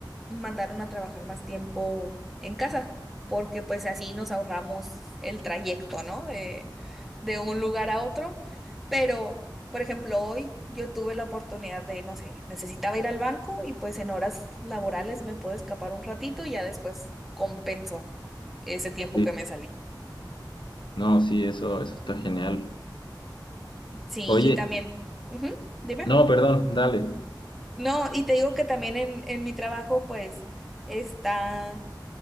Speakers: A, in the centre; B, on the left.
A: mandaron a trabajar más tiempo en casa, porque pues así nos ahorramos el trayecto, ¿no? De, de un lugar a otro. Pero, por ejemplo, hoy yo tuve la oportunidad de, no sé, necesitaba ir al banco y pues en horas laborales me puedo escapar un ratito y ya después compenso ese tiempo
B: Sí.
A: que me salí.
B: No, sí, eso, eso está genial.
A: Sí,
B: Oye,
A: y también, ujú, dime.
B: no, perdón, dale.
A: No, y te digo que también en, en mi trabajo, pues, está,